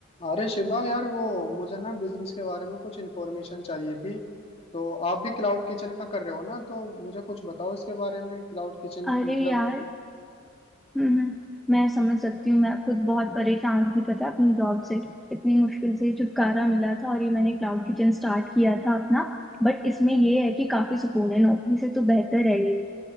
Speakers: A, on the left; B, in the centre.
A: अरे शिवा यार वो मुझे ना बिजनेस के बारे में कुछ इन्फॉर्मेशन चाहिए थी तो आप भी क्लाउड किचन का कर रहे हो ना तो मुझे कुछ बताओ इसके बारे में क्लाउड किचन
B: अरे
A: की मतलब
B: यार हम्म मैं समझ सकती हूँ मैं खुद बहुत परेशान थी पता है अपनी जॉब से इतनी मुश्किल से छुटकारा मिला था और ये मैंने क्लाउड किचन स्टार्ट किया था अपना बट इसमें ये है कि काफी सुकून है नौकरी से तो बेहतर है ये